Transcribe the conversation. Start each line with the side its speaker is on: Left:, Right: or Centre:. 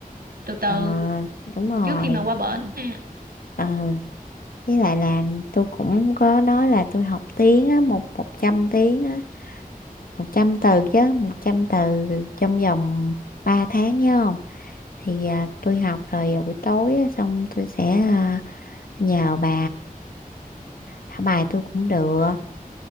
Right: từ từ
Left: ờ, đúng rồi
Right: trước khi mà qua Ừ. bển ha
Left: ờ với lại là tôi cũng có nói là tôi học tiếng á một một trăm tiếng á một trăm từ chứ một trăm từ trong vòng ba tháng nhớ không thì à, tôi học rồi à, buổi tối á, xong tôi sẽ à, nhờ bà thả bài tôi cũng được